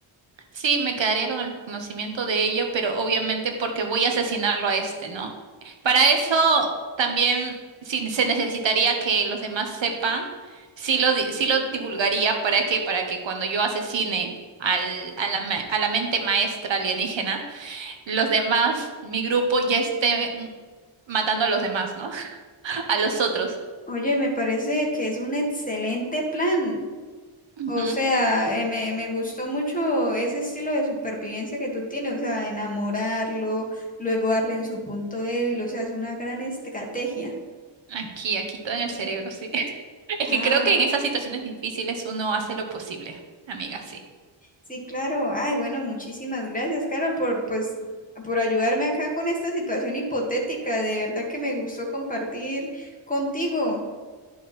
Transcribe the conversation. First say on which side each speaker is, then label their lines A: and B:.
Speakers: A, on the right; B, on the left.
A: Sí, me quedaría con el conocimiento de ello, pero obviamente porque voy a asesinarlo a este, ¿no? Para eso también si se necesitaría que los demás sepan, sí lo, di- sí lo divulgaría para que, para que cuando yo asesine al, a la, ma- a la mente maestra alienígena, los demás, mi grupo ya estén matando a los demás, ¿no? <laughs> A los otros.
B: Oye, me parece que es un excelente plan.
A: Ujú.
B: O sea, eh, me, me gustó mucho ese estilo de supervivencia que tú tienes, o sea, enamorarlo, luego darle en su punto débil, o sea, es una gran estrategia.
A: Aquí, aquí todo en el cerebro, sí. <laughs> Es
B: Ah,
A: que creo que
B: bu-
A: en esas situaciones difíciles uno hace lo posible, amiga, sí.
B: sí, claro. Ay, bueno, muchísimas gracias, Carol, por, pues, por ayudarme acá con esta situación hipotética. De verdad que me gustó compartir contigo.